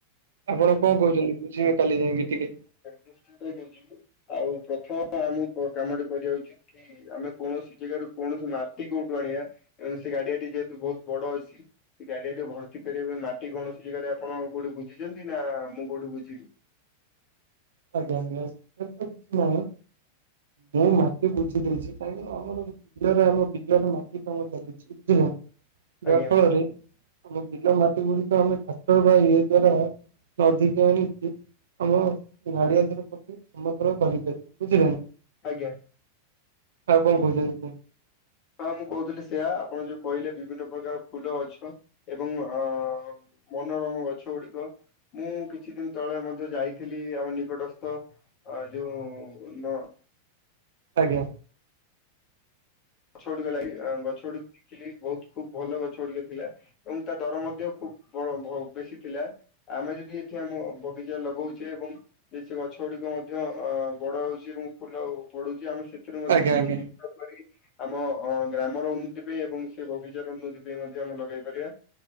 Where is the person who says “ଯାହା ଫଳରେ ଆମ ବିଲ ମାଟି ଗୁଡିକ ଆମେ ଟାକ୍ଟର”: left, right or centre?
Right